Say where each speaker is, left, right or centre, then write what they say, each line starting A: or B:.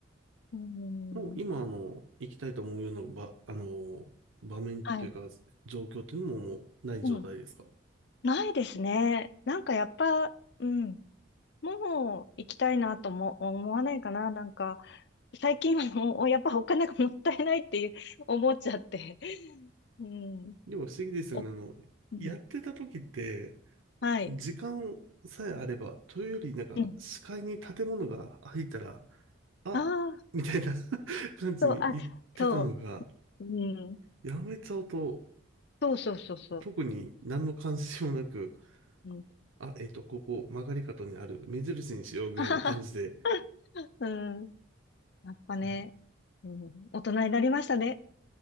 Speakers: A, on the left; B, on the right.
A: うん。
B: もう今、あの、行きたいと思うような場、あの、場面というか、
A: はい。
B: 状況っていうのももうない状態ですか
A: うん。ないですね。なんかやっぱ、うん。もう行きたいなとも思わないかな。なんか、最近はもう、<laughs> やっぱお金がもったいないっていう思っちゃって。うん。
B: でも不思議ですよね。
A: お、
B: あの、
A: うん。
B: やってた時って、
A: はい。
B: 時間さえあれば、というより、なんか、
A: うん。
B: 視界に建物が入ったら、あ、
A: ああ
B: みたいな <laughs> 感じに言ってたのが、
A: そう、あ、そう。うん。
B: やめちゃうと、
A: そうそうそうそう。
B: 特に何の関心もなく、
A: うん。
B: あ、えっと、ここ、曲がり角にある、目印にしようぐらいの感じで、
A: ははは。<laughs> うん。やっぱね、
B: <laughs>
A: うん、大人になりましたね。